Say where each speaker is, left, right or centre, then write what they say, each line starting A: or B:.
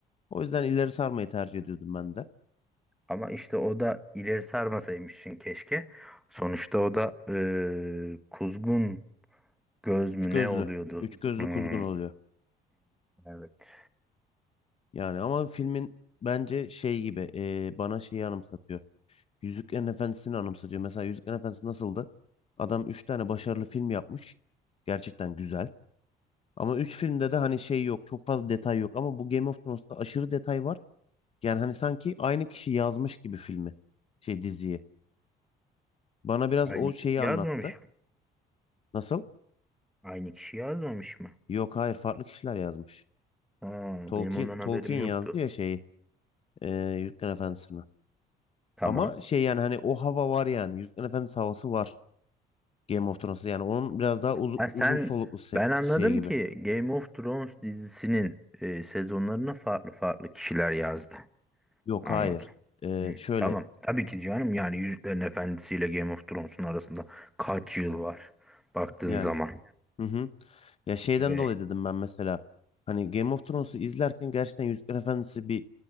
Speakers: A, on the left; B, in the centre.
A: O yüzden ileri sarmayı tercih ediyordum ben de.
B: Ama işte o da ileri sarmasaymışsın keşke. Sonuçta o da eee, kuzgun göz
A: Üç
B: mü
A: gözlü.
B: ne oluyordu?
A: Üç gözlü
B: Hı, hı,
A: kuzgun oluyor.
B: Evet.
A: Yani ama filmin bence şey gibi e, bana şeyi anımsatıyor. Yüzüklerin Efendisi'ni anımsatıyor. Mesela Yüzüklerin Efendisi nasıldı? Adam 3 tane başarılı film yapmış. Gerçekten güzel. Ama 3 filmde de hani şey yok. Çok fazla detay yok. Ama bu Game of Thrones'ta aşırı detay var. Yani hani sanki aynı kişi yazmış gibi filmi. Şey diziyi. Bana biraz
B: Aynı
A: o şeyi
B: yazmamış
A: anlattı.
B: mı?
A: Nasıl?
B: Aynı kişi yazmamış mı?
A: Yok hayır farklı kişiler yazmış.
B: Ha,
A: Tolkien,
B: benim ondan
A: Tolkien
B: haberim yoktu.
A: yazdı ya şeyi. E, Yüzüklerin Efendisi'ni.
B: Tamam.
A: Ama şey yani hani o hava var yani. Yüzüklerin Efendisi havası var. Game of Thrones'ta yani onun biraz daha uzun,
B: Ha, sen
A: uzun soluklu se-
B: ben anladım
A: şey gibi.
B: ki Game of Thrones dizisinin eee, sezonlarına farklı farklı kişiler yazdı.
A: Yok
B: Anladım.
A: hayır. Ee,
B: Hı,
A: şöyle
B: Tamam. Tabii ki canım yani Yüzüklerin Efendisi ile Game of Thrones'un arasında kaç yıl var baktığın
A: yani
B: zaman.
A: hı hı. Ya şeyden
B: Ve
A: dolayı dedim ben mesela hani Game of Thrones'u izlerken gerçekten Yüzükler Efendisi bir